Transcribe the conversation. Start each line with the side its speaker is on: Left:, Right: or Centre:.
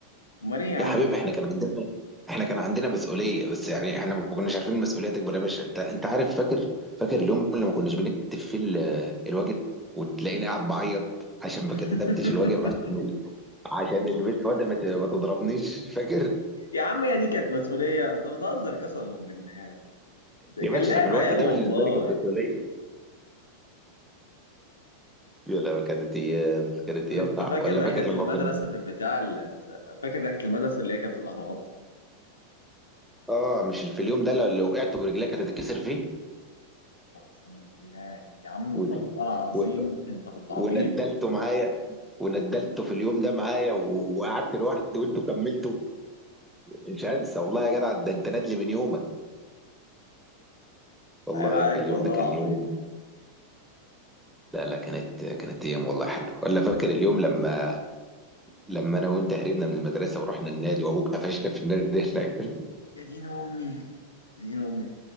Left: امال ايه يا عم
Centre: يا حبيبي احنا كان عندنا احنا كان عندنا مسؤوليه بس يعني احنا ما كناش عارفين المسؤوليه تكبر يا باشا انت انت عارف فاكر فاكر اليوم اللي ما كناش بنكتب فيه ال- الواجب وتلاقيني قاعد بعيط عشان ما كتبتش
Left: <laughs>
Centre: الواجب عشان عشان البيت وده ما ت- ما تضربنيش فاكر
Left: يا عم يا دي كانت مسؤوليه انت بتهزر قسما بالله ده
Centre: يا
Left: كان
Centre: باشا
Left: لعب
Centre: في الوقت
Left: عيال
Centre: ده
Left: والله
Centre: بالنسبه لي كانت مسؤوليه يا لو كانت ايام كانت
Left: طب
Centre: ايام
Left: انت
Centre: صعبه
Left: فاكر
Centre: ولا
Left: رحلة
Centre: فاكر لما
Left: المدرسة
Centre: كنت
Left: في البتاع ال- فاكر رحلة المدرسة اللي هي كانت في الأهرامات؟
Centre: اه مش في اليوم ده لو اللي وقعت ورجلك هتتكسر فيه
Left: وقسما بالله يا عم انت
Centre: و...
Left: والله العظيم
Centre: و...
Left: انت كنت عبيط
Centre: وندلته معايا وندلته في اليوم ده معايا و- وقعدت لوحدي وانتوا كملتوا مش هنسى والله يا جدع ده انت نادلي من يومك والله
Left: عيب عليك
Centre: كل اليوم
Left: والله
Centre: ده كان
Left: العظيم
Centre: يوم لا لا كانت كانت ايام والله حلوه ولا فاكر اليوم لما لما انا وانت هربنا من المدرسه ورحنا النادي وابوك قفشنا في النادي <laughs> هناك
Left: يا دين أمي يا دين أمي